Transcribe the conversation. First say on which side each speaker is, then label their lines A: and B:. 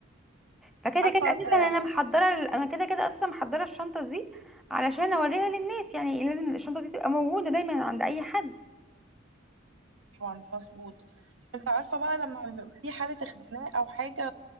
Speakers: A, in the centre; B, on the right.
A: فكده
B: عارفة
A: كده أساسا
B: في
A: أنا محضرة ال- أنا كده كده أساسا محضرة الشنطة دي علشان أوريها للناس يعني لازم الشنطة دي تبقى موجودة دايما عند أي حد
B: طبعا ده مظبوط انت عارفة بقى لما بيبقى في حالة اختناق او حاجة